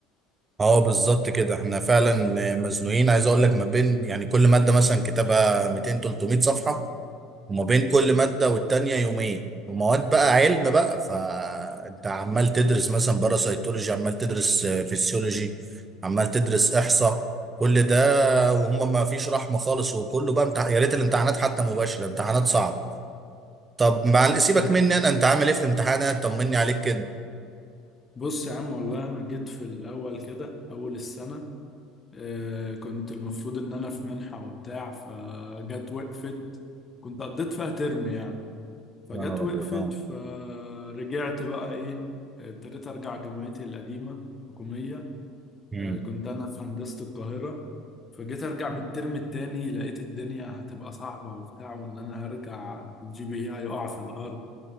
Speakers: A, on the right; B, on the left.
A: اه بالظبط كده احنا فعلا آه، مزنوقين عايز اقول لك ما بين يعني كل مادة مثلا كتابها 200 300 صفحة وما بين كل مادة والتانية يومين ومواد بقى علم بقى فانت عمال تدرس مثلا باراسيتولوجي عمال تدرس آه، فيسيولوجي عمال تدرس احصاء كل ده وهم ما فيش رحمة خالص وكله بقى امتح... يا ريت الامتحانات حتى مباشرة امتحانات صعبة طب مع
B: والله
A: سيبك مني انا انت عامل ايه في الامتحانات طمني عليك كده
B: بص يا عم والله انا جيت في الاول كده اول السنة آه كنت المفروض ان انا في منحة وبتاع فجت وقفت كنت قضيت فيها ترم يعني فجت
A: يا نهار
B: وقفت
A: ابيض اه
B: فرجعت بقى ايه ابتديت ارجع جامعتي القديمه حكوميه
A: مم.
B: آه، كنت انا في هندسه القاهره فجيت ارجع من الترم التاني لقيت الدنيا هتبقى صعبه وبتاع وان انا هرجع الجي بي اي هيقع في الارض